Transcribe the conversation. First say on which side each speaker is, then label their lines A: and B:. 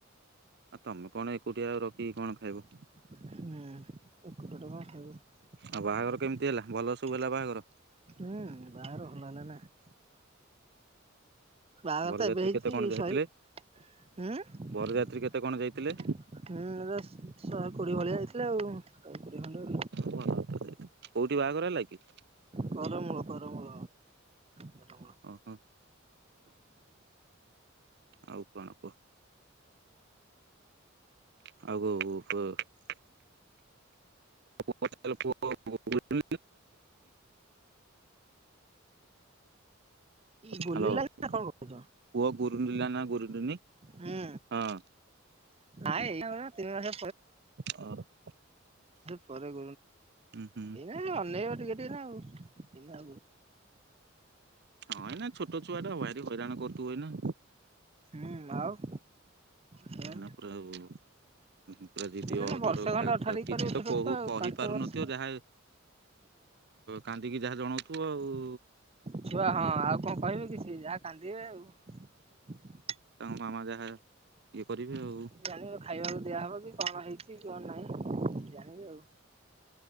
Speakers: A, on the right; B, on the right.
A: ଆଉ ତମେ କଣ ଏକୁଟିଆଉ ରଖିକି କଣ ଖାଇବ?
B: <unintelligible> ହୁଁ ବାହାଘର
A: ଆଉ କେମିତି ହେଲା
B: ଭଲ
A: ସବୁ ହେଲା ବାହାଘର
B: ହେଲା ନା। ବାହାଘର
A: ବରଯାତ୍ରୀ
B: ତ
A: କେତେ କଣ
B: ଏବେ
A: ଯାଇଥିଲେ
B: ହେଇଛି ଶହେ ହଁ
A: ବରଯାତ୍ରୀ କେତେ
B: ହୁଁ
A: କଣ ଯାଇଥିଲେ?
B: ଶହେ କୋଡିଏ ଭଳିଆ। ଆ କୋଡ଼ିଏ ଖଣ୍ଡେ।
A: କ କୋଉଠି ବାହାଘର ହେଲା କି?
B: କରମୂଳ କରମୂଳ <inaudible>
A: ଓ ହୋ ଆଉ କଣ କୁହ? ଆଉ <unintelligible> <unintelligible>
B: ଉଁ ବୁଲିଲା
A: ହ୍ୟାଲୋ
B: ନା
A: ପୁଅ
B: କଣ କହୁଛ
A: ଗୁରୁଣ୍ଡିଲ ନା ଗୁରୁଣ୍ଡିନୀ?
B: ହୁଁ
A: ହଁ।
B: <inaudible> ତିନି ମାସ
A: ହୁଁ
B: ପରେ <inaudible>
A: ହୁଁ
B: ଅନେଇ
A: ହଁ ଏଇନା
B: <unintelligible>
A: ଛୋଟ
B: <inaudible>
A: ଭାରି ହଇରାଣ କରୁଥିବ ଏଇନା।
B: ହୁଁ ଆଉ। ସେୟା
A: ନା ପାଉ ପୁରା ଯିଦି
B: ଏଇନା
A: ଅଡ
B: ବର୍ଷେ ଖଣ୍ଡେ ଅଠାଠିକ
A: କିଛି
B: କରିବ
A: ତ
B: ଛୋଟ
A: କହୁ
B: ଛୁଆ ଆଉ
A: କହି
B: ପାଞ୍ଚ
A: ପାରୁନଥିବ
B: ବର୍ଷ
A: ଯାହା କାନ୍ଦିକି ଯାହା ଜଣଉଥିବ ଆଉ।
B: ଛୁଆ ହଁ ଆଉ କଣ କହିବେ କି ସିଏ <unintelligible>
A: ମାମା ଯାହା କରିବେ ଆଉ
B: ଜାଣିବ ଖାଇବାକୁ ଦିଆହବ କି କଣ ହେଇଛି କଣ ନାହିଁ ଜାଣିବେ ଆଉ।